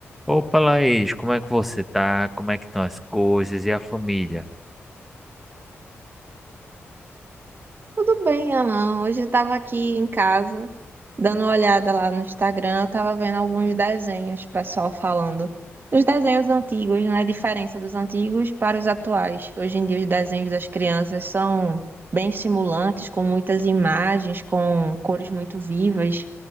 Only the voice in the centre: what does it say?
Opa, Laís, como é que você tá? Como é que estão as coisas e a família?